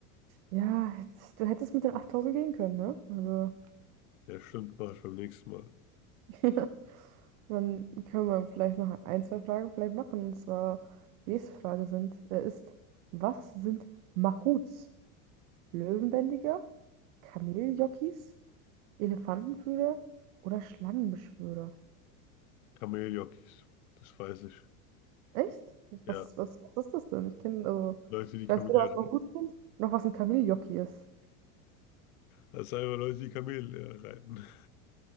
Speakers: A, on the right; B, on the left.
A: Ja, jetzt, du hättest mit den achttausend gehen können, ne? Also,
B: Ja, stimmt, Mache ich beim nächsten Mal.
A: <laughs> Dann können wir vielleicht noch ein, zwei Fragen vielleicht machen. Und zwar, die nächste Frage sind, äh, ist, was sind Mahouts? Löwenbändiger? Kameljockeys, Elefantenführer oder Schlangenbeschwörer?
B: Kameljockeys. Das weiß ich.
A: Echt?
B: Ja.
A: Was, was, was ist das denn? Ich kenne, also,
B: Leute, die
A: ich
B: Kamele
A: weiß weder, was
B: reiten.
A: man gut findet, noch was ein Kameljockey ist.
B: Das sind einfach Leute, die Kamele äh, reiten.